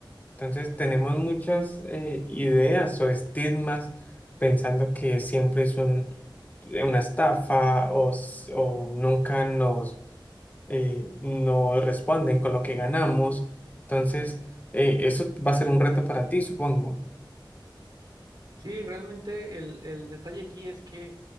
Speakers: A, on the left (about 20°); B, on the right (about 55°).
A: Entonces tenemos muchas eh, ideas o estigmas pensando que siempre es un, una estafa o, s- o nunca nos, eh, nos responden con lo que ganamos. Entonces eh, eso va a ser un reto para ti, supongo.
B: Sí, realmente el, el detalle aquí es que